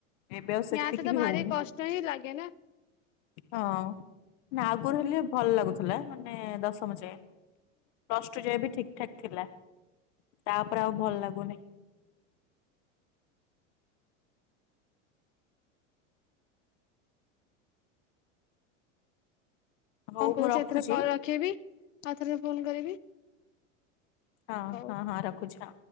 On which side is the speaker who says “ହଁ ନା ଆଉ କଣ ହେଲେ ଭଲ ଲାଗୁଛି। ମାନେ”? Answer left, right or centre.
Left